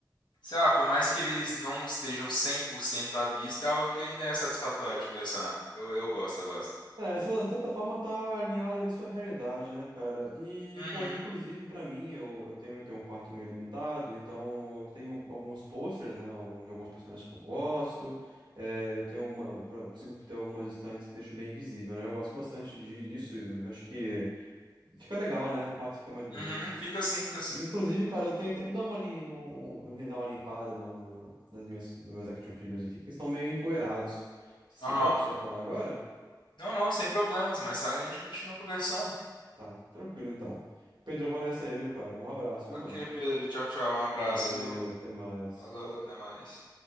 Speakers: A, on the left; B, on the right.
A: sei lá, por mais que eles não estejam 100% à vista, é algo que ainda é satisfatório de colecionar. Eu, eu gosto, eu gosto.
B: É, essa, de certa forma tá alinhada ali à sua realidade, né, cara? E,
A: Uhum,
B: pô, inclusive pra mim, eu, eu tenho, eu tenho um quarto meio limitado, então eu tenho alguns posters, né, um- de alguns personagens que eu gosto, é, eu tenho alguma, eu consigo ter algumas estantes que deixam bem visível, né? Eu gosto bastante de, disso, eu acho que fica legal, né? O quarto fica mais bonito.
A: uhum, fica assim, fica assim.
B: E, Inclusive, cara, eu tenho até que dar uma, lim- um, um, dar uma limpada no, nas minhas, nos meus action figures aqui, que eles estão meio empoeirados. Você se
A: Aham.
B: importa se eu falar agora?
A: Não, não, sem problemas, mas a gente continua conversando.
B: Tá, tranquilo então. Pedro, eu vou nessa aí, viu, cara? Um abraço, viu,
A: Ok,
B: mano?
A: Pedro, tchau, tchau, um abraço,
B: Valeu,
A: viu?
B: até mais.
A: Falou, até mais.